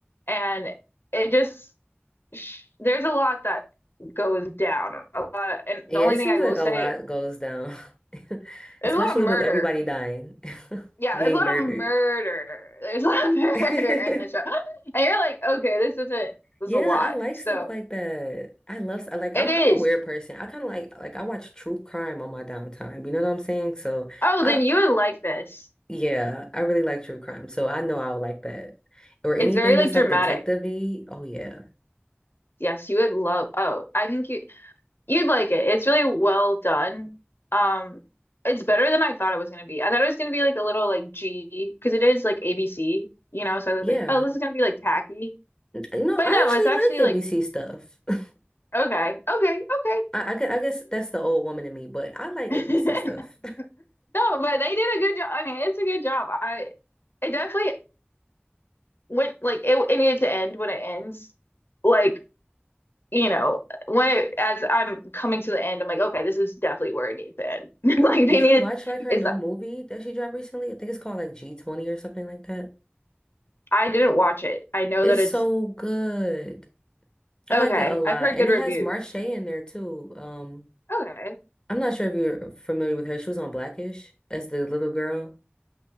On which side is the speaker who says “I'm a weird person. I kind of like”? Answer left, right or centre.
Left